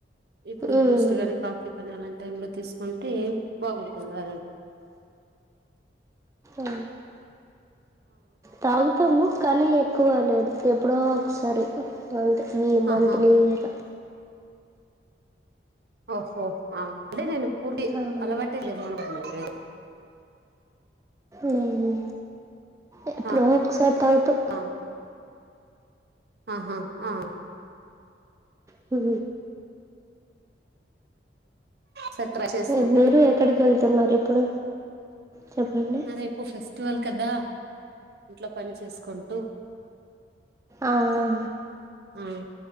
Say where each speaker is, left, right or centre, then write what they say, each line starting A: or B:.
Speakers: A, on the right (about 60°); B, on the right (about 15°).
A: ఇప్పుడు
B: ఉమ్,
A: బూస్ట్ గానీ కాఫీ కాని అలాంటి టై లో తీసు తె బాగుంతున్నా
B: ఆ తాగుతము కానీ ఎక్కువ లేదు ఎప్పుడో ఒకసారి అంతే ఈ
A: ఆహా
B: మంత్లీ గ
A: ఓహొహ అదే నేను పూర్టి
B: అవును
A: అలవాటె లెవ్వు <unintelligible>
B: లేదు లేదు ఎప్పుడో
A: ఆ
B: ఒకసారి తాగుతం
A: ఆ ఆహా ఆ
B: హు
A: సెంట్రా చేస్తుంటరు
B: ఏ- మీరు ఎక్కడికి వెళ్తున్నారు ఇప్పుడు చెప్పండి
A: ఆ రేపు ఫెస్టివల్ కదా ఇంట్లో పని చేసుకుంటూ
B: ఆ ఆ అ
A: ఉమ్